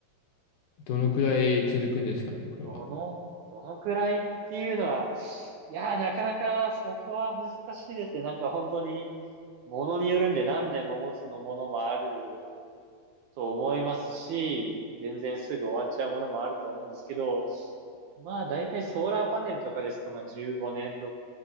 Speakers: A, on the left; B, on the right.
A: えどのくらい続くんですかね、これは。
B: どの、どのくらいっていうのは、いやー、なかなかそこは難しいですね。なんか本当に、ものによるんで何年も持つのものもあると思いますし、全然すぐ終わっちゃうものもあると思うんですけど、まあ大体ソーラーパネルとかですと、まあ15年、6